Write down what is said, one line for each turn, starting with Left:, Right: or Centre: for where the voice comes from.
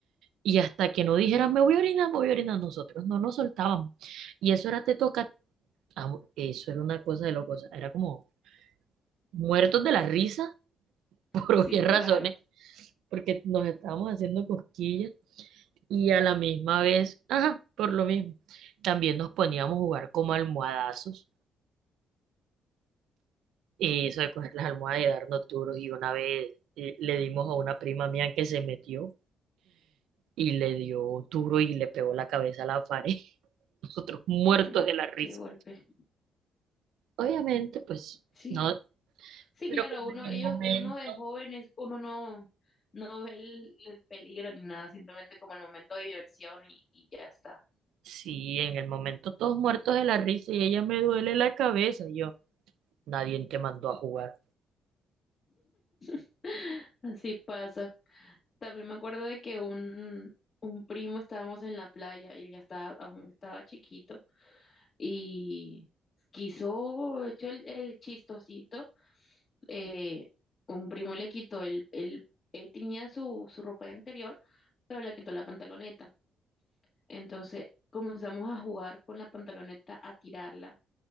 Right: Y hasta que no dijeran me voy a orinar, me voy a orinar, nosotros no nos soltábamos. Y eso era te toca, a- ah, eso era una cosa de locos, era como muertos de la risa <laughs> por
Left: Sí,
Right: obvias
Left: claro.
Right: razones, porque nos estábamos haciendo cosquillas y a la misma vez, ajá, por lo mismo, también nos poníamos a jugar como almohadazos. Y eso de coger las almohadas y darnos duros. Y una vez eh, le dimos a una prima mía que se metió y le dio duro y le pegó la cabeza a la pared. <laughs> Nosotros muertos
Left: Mm,
Right: de la risa.
Left: qué golpe.
Right: Obviamente, pues,
Left: Sí,
Right: no.
Left: Sí,
Right: Pero
Left: claro,
Right: como
Left: uno,
Right: en
Left: ellos,
Right: el momento.
Left: uno de jóvenes, uno no, no ve el, el peligro ni nada, simplemente como el momento de diversión y, y ya está.
Right: Sí, en el momento todos muertos de la risa y ella me duele la cabeza. Y yo, nadie te mandó a jugar.
Left: <laughs> Así pasa. También me acuerdo de que un, un primo estábamos en la playa, él ya estaba, aún estaba chiquito, y quiso, echó el, el chistosito, eh, un primo le quitó el, el, él tenía su, su ropa interior, pero le quitó la pantaloneta. Entonces comenzamos a jugar con la pantaloneta, a tirarla,